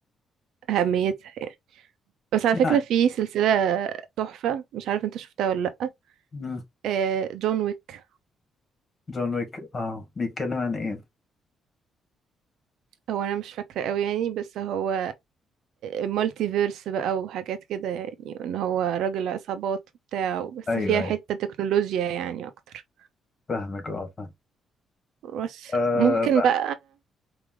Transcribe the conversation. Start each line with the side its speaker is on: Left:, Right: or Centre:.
Right: بأهميتها يعني بس على فكرة
Left: صح يعني
Right: في سلسلة تحفة مش عارف انت شفتها ولا لأ
Left: مم.
Right: آه، جون ويك
Left: جون ويك اه بيتكلم عن ايه
Right: هو أنا مش فاكرة قوي يعني بس هو مالتي فيرس بقى وحاجات كده يعني وإن هو راجل عصابات وبتاع بس
Left: ايوه
Right: فيها
Left: ايوه
Right: حتة تكنولوجيا يعني أكتر
Left: فاهمك اه فاهم
Right: بس
Left: آه
Right: ممكن
Left: بقى
Right: بقى